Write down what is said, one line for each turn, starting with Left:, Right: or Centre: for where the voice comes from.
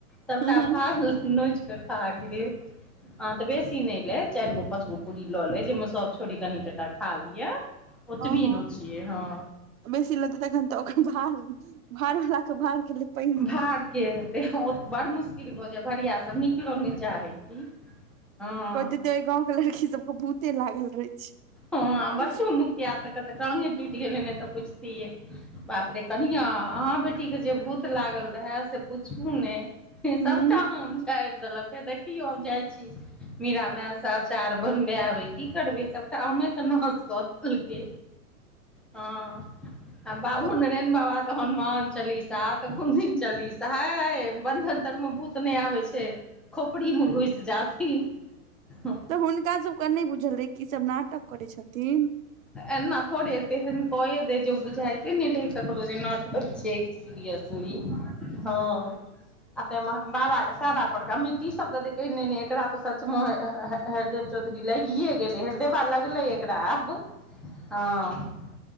Centre: सभटा
Right: हँ
Centre: भार नोच कऽ खा गेलै आ तऽ बेसी नहि लै चारि गो पाच गो पूड़ी लऽ ले जाहिमें सब छोड़ी कनि टाटा खा लिये ओतबी
Right: हँ
Centre: नोचिये हँ
Right: बेसी लेतै तखत तऽ ओकर भार भार वला के भार गेलै पानि
Centre: भारकेँ
Right: मे
Centre: हेतै ओ बड़ मुश्किल भऽ जाय भरीया सब निकलऽ नहि चाहै की हँ
Right: कहैत हेतै ओहि गाँव केँ लड़की सब कऽ भूते लागल रहे छै
Centre: हँ <unintelligible> तऽ टंगे टूटि गेलै ने तऽ पुछतिये बाप रे कनिया अहाँ बेटी केँ जे भूत लागल रहै से पुछू नहि
Right: ह
Centre: सभटा आम झायर देलक हे देखियौ हम जाइ छी मीरा माय सँ अचार बनबैय एबै की करबे सबटा आमे कऽ नाश कऽ देलकै हँ आ बाबू
Right: तऽ
Centre: नारायन बाबा तऽ हनुमान चालीसा तऽ कुन दिन चलीसा हाय बंधन तर मऽ भूत नहि आबै छै खोपड़ी मऽ घुसि जाथिन हँ
Right: तऽ हुनका सब कऽ नहि बुझल रहे की ई सब नाटक करै छथिन
Centre: एना थोड़े एते एहन कए दै जे बुझाते नइ रहै ककरो जे नटक छै सिरियसली हँ आ तै मऽ बाबा केँ सारा परड़का मिट्टी सब द दै कहै नै नै एकरा तऽ सच मऽ हरदेव चौधरी लगिए गेलै हरदेवा लगलै एकरा आब हँ